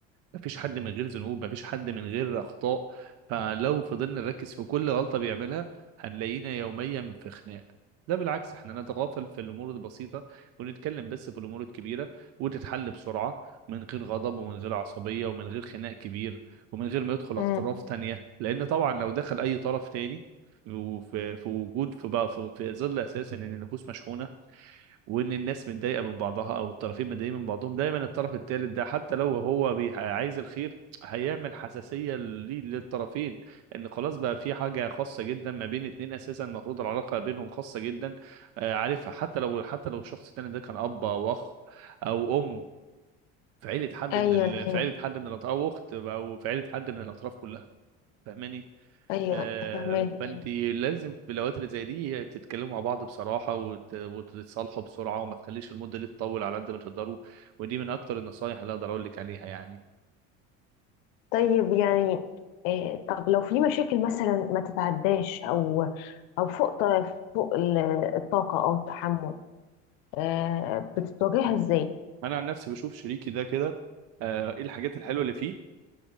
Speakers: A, on the right; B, on the left.
A: مفيش حد من غير ذنوب مفيش حد من غير أخطاء فلو فضلنا نركز في كل غلطة بيعملها هنلاقينا يوميا في خناق ده بالعكس احنا نتغافل في الأمور البسيطة ونتكلم بس في الأمور الكبيرة وتتحل بسرعة من غير غضب ومن غير عصبية ومن غير خناق كبير ومن غير ما يدخل أطراف
B: أمم.
A: تانية لأن طبعا لو دخل أي طرف تاني وفي في وجود في بقى في, في ظل أساسا إن النفوس مشحونة وان الناس متضايقه من بعضها او الطرفين متضايقين من بعضهم دايما الطرف الثالث ده حتى لو هو بي- عايز الخير هيعمل حساسيه ليه- للطرفين ان خلاص بقى في حاجه خاصه جدا ما بين اتنين اساسا المفروض العلاقه بينهم خاصه جدا آه، عارفها حتى لو حتى لو الشخص الثاني ده كان اب او اخ او ام في عيله حد
B: ايوه
A: من ال... في
B: ايوه
A: عيله حد من الاطراف او اخت او في عيله حد من الاطراف كلها فاهماني
B: ايوه
A: آه،
B: فاهمه
A: فانت
B: أيوة.
A: لازم في الاوقات اللي زي دي تتكلموا مع بعض بصراحه وت- وتتصالحوا بسرعه وما تخليش المده دي تطول على قد ما تقدروا ودي من اكتر النصايح اللي اقدر اقول لك عليها يعني
B: طيب يعني إيه طب لو في مشاكل مثلا ما تتعداش او او فوق ط- فوق ال- الطاقه او التحمل آه بتتواجهها ازاي؟
A: انا عن نفسي بشوف شريكي ده كده آه، ايه الحاجات الحلوه اللي فيه